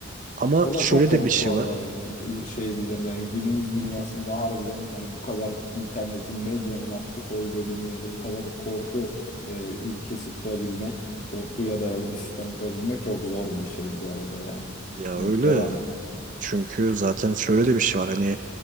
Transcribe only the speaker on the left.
O
da çok garip
bu arada
yani şey diyeceğim yani günümüz dünyasında
harbiden hani bu kadar internetin medyanın aktif olduğu bir dünyada bu kadar korku e, ülkesi kurabilmek korkuya dayalı bir sistem kurabilmek çok zor bir şey bu arada yani.
Hı,
devam et.